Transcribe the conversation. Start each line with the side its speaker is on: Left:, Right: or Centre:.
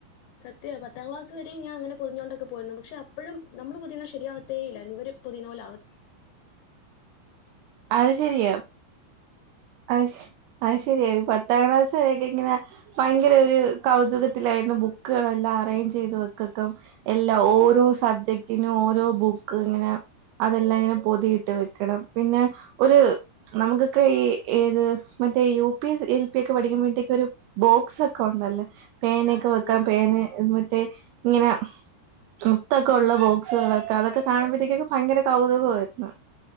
Left: സത്യവാ പത്താം ക്ലാസ് വരെയും ഞാൻ അങ്ങനെ പൊതിഞ്ഞോണ്ടൊക്കെ പോയിരുന്നു പക്ഷെ അപ്പഴും നമ്മള് പൊതിയണെ ശരിയാവത്തേ ഇല്ലാരുന്ന് ഇവര് പൊതിയണ പോലെ ആവ
Right: അത് ശെരിയാ അയ്ഷ് അയ് ശെരിയാ ഒര് പത്താം ക്ലാസ് വരെയൊക്കെ ഇങ്ങനെ ഭയങ്കര ഒരു കൗതുകത്തിലായി ന്നു ബുക്കുകളെല്ലാം അറേഞ്ച് ചെയ്ത് വെക്കക്കും എല്ലാ ഓരോ സബ്ജക്റ്റിനും ഓരോ ബുക്ക് അങ്ങനെ അതെല്ലാം ഇങ്ങനെ പൊതിയിട്ട് വെക്കണം പിന്നെ ഒരു നമുക്കൊക്കെ ഈ ഏത് മറ്റേ യു പി എൽ പി ഒക്കെ പഠിക്കുമ്പോഴത്തേക്ക്‌ ഒരു ബോക്സൊക്കെ ഉണ്ടല്ലോ പേനയൊക്കെ
Left: ആ ശരിയാ
Right: വെയ്ക്കാം പേനെ മറ്റേ ഇങ്ങനെ മുത്തൊക്കെ ഉള്ള ബോക്സുകളൊക്കെ അതൊക്കെ കാണുമ്പോഴത്തേക്കെക്കെ ഭയങ്കര കൗതുകമായിരുന്നു